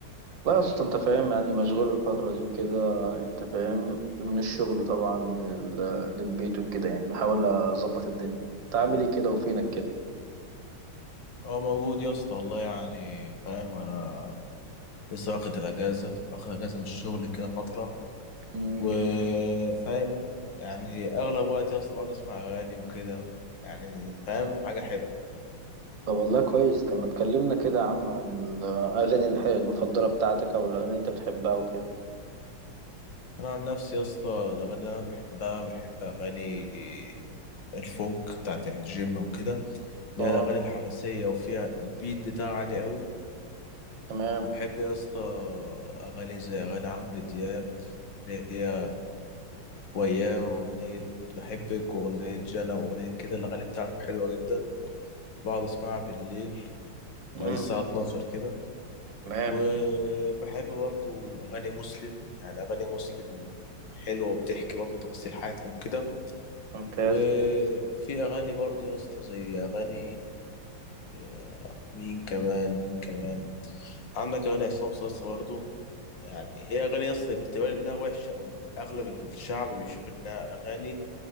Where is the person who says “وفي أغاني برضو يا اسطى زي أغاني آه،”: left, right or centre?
Left